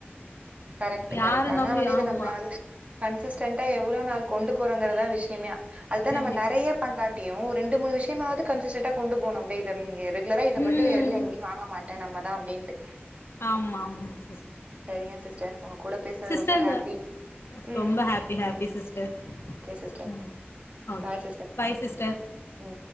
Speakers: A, on the right (about 30°); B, on the left (about 80°).
A: கரெக்ட்டு
B: யார
A: கரெக்ட்டு ஆனா
B: நம்பி
A: வந்து
B: ஆமா
A: நம்ம வந்து கன்சிஸ்டன்ட்டா எவ்ளோ நாள் கொண்டு போறாங்கறதா விஷ்யமே அதுதா
B: கண்டிப்பா
A: நம்ம நெறய பண்ணாட்டியு ஒர் ரெண்டு மூணு விஷ்யமாவுது கன்சிஸ்ட்டன்டா கொண்டு போணு அப்டே இத ரெகுலரா இத
B: ம்
A: மட்டு வேல்ல எங்கி வாங்க மாட்டே நம்மதா அப்டின்ட்டு
B: ஆம்மா ஆம்மா சிஸ்டர்
A: செரிங்க சிஸ்டர் உங்க கூட பேஸ்னது
B: சிஸ்டர்
A: ரொம்ப
B: இந்த
A: ஹாப்பி ம்
B: ரொம்ப happy happy sister
A: okay sister
B: ம் okay
A: bye sister
B: bye sister
A: ம்